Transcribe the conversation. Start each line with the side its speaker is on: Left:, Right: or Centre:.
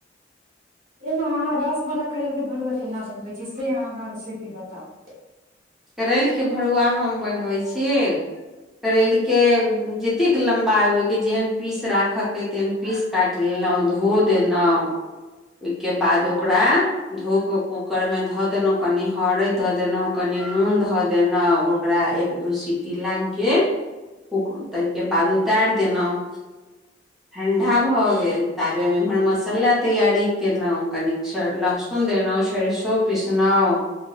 Right: ए माँ अहाँ रसवला करेल के भरुआ केना बनबै छी से अहाँ हमरा रेसिपी बताउ
Centre: करेलके भरुआ हम बनबै छी। करयलके। जित। अतेक लम्बा आहि के जेहन। पीस राखके तेन पीस काटि लेलहुँ धो देलहुँ। ओहिके बाद ओकरा। धो क कूकर मे ध देने। कनि हरैद ध देलहुँ कनि। आम ध देलहु ओकरा ऐ। दो सीटी लागि गेल ओ ताहिके बाद उतार देलहु। ठणडा भ गेल ता। आबेमे इम्हर मसाला तैयारी केलहुँ कनिक लहसुन देलहुँ सरसो पीसलहुँ